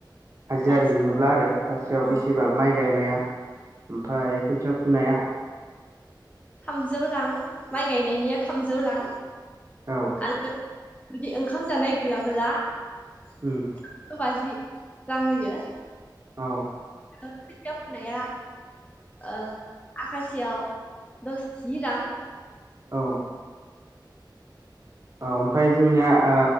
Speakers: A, on the right; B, on the left.
A: हाजिरा
B: अ
A: लिङोब्ला आरो सासेयाव
B: अ
A: बेसेबां
B: अ
A: माइ गायनाया? ओमफ्राय खोथिया फुनाया?
B: थामजौ रां माइ गायनायनिया थामजौ रां।
A: औ
B: आरो जुदि ओंखाम जानाय गैयाबोला <inaudible>
A: उम
B: बाजि। रां होयो।
A: औ।
B: खोथिया फुनाया ओ आखासेयाव दस जि रां।
A: औ। औ ओमफाय जोंनिया ओ